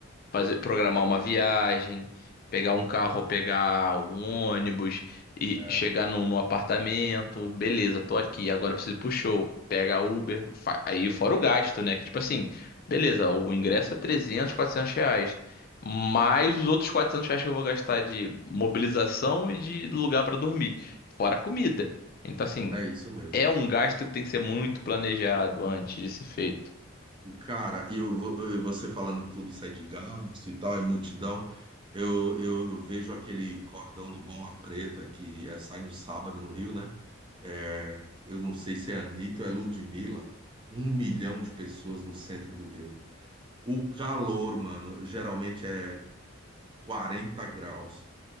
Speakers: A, on the left; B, on the right.
A: fazer, programar uma viagem, pegar um carro, pegar um ônibus e
B: É,
A: chegar num, num apartamento, beleza, tô
B: é.
A: aqui, agora eu preciso ir pro show, pega Uber, fa- aí fora o gasto, né? Que tipo assim, beleza, o ingresso é trezentos quatrocentos reais, mais os outros 400 reais que eu vou gastar de mobilização e de lugar pra dormir, fora a comida. Então assim,
B: É isso mesmo.
A: é um gasto que tem que ser muito planejado antes de ser feito.
B: E, cara, e eu, vo- e você falando tudo isso aí de gasto e tal, e multidão, eu, eu vejo aquele cordão do Bola Preta que é, sai no sábado no Rio, né? é, eu não sei se é Anitta ou é Ludmilla, um milhão de pessoas no centro do Rio. O calor, mano, geralmente é 40 graus.